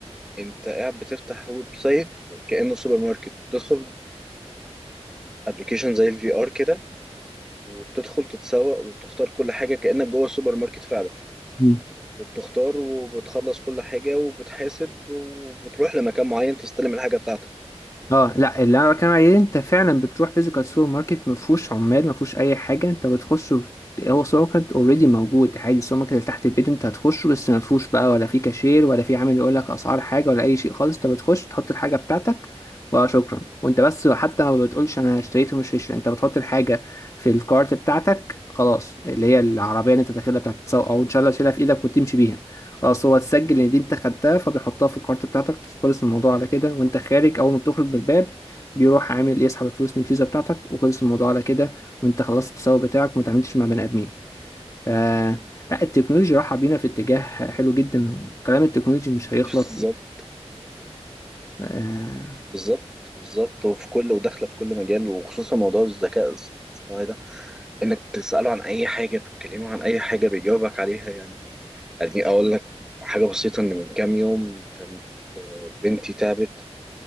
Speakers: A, in the centre; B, on the left.
A: أنت قاعد بتفتح ويب سايت كأنه سوبر ماركت تدخل ابلكيشن زي الفي ار كده وبتدخل تتسوق وبتختار كل حاجة كأنك جوه السوبر ماركت فعلا
B: ده
A: وبتختار وبتخلص كل حاجة وبتحاسب وبتروح لمكان معين تستلم الحاجة بتاعتك
B: اه لا اللي انا بتكلم عليه انت فعلا بتروح فيزيكال سوبر ماركت ما فيهوش عمال ما فيهوش اي حاجه انت بتخش وت- هو سوبر ماركت اوريدي موجود عادي السوبر ماركت اللي تحت البيت انت هتخشه بس ما فيهوش بقى ولا في كاشير ولا في عامل يقول لك اسعار حاجه ولا اي شيء خالص انت بتخش تحط الحاجه بتاعتك وشكرا وانت بس حتى ما بتقولش انا اشتريت ومش هشتري انت بتحط الحاجه في الكارت بتاعتك خلاص اللي هي العربيه اللي انت داخلها بتاعت التسوق او ان شاء الله تشيلها في ايدك وتمشي بيها اه اصل هو تسجل ان دي انت خدتها فبيحطها في الكارت بتاعتك خلص الموضوع على كده وانت خارج اول ما بتخرج من الباب بيروح عامل يسحب الفلوس من الفيزا بتاعتك وخلص الموضوع على كده وانت خلصت التسوق بتاعك وما تعاملتش مع بني ادمين ف لا التكنولوجيا رايحه بينا في اتجاه حلو جدا وكلام التكنولوجي مش هيخلط
A: بالظبط
B: آه...
A: بالظبط بالظبط وفي كل وداخلة في كل مجال وخصوصا موضوع الذكاء الاصطناعي ده انك تسأله عن اي حاجة بتكلمه عن اي حاجة بيجاوبك عليها يعني يعني اقول لك حاجة بسيطة ان من كام يوم كانت آه، بنتي تعبت